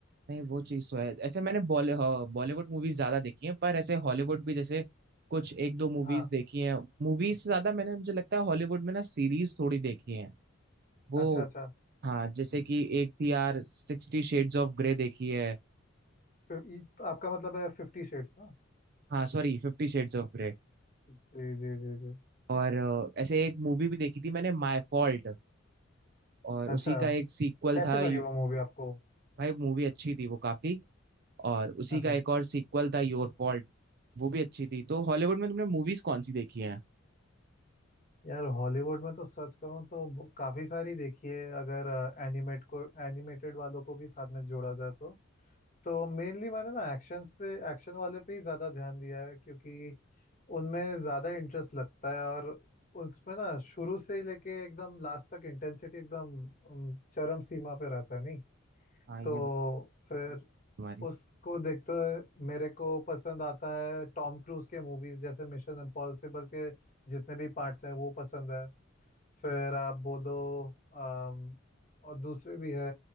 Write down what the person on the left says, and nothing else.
हाँ
अच्छा अच्छा
फिर ये- आपका मतलब है फिफ्टी शेड्स ना
जी जी जी जी
अच्छा
कैसी
लगी वो मूवी आपको
अच्छा
यार हॉलीवुड में तो सच कहूँ तो ब- काफी सारी देखी है अगर एनिमेट को एनिमेटेड वालों को भी साथ में जोड़ा जाए तो तो मेनली मैंने ना एक्शन पे एक्शन वाले पे ही ज्यादा ध्यान दिया है क्योंकि उनमें ज्यादा इंटरेस्ट लगता है और उसमें ना शुरू से ही लेके एकदम लास्ट तक इंटेंसिटी एकदम अम, चरम सीमा पे रहता है नहीं
तो
फिर
उसको देखते हुए मेरे को पसंद आता है टॉम क्रूज के मूवीज जैसे मिशन इम्पॉसिबल के जितने भी पार्ट्स हैं वो पसंद है फिर आप बोलो अम, और दूसरे भी है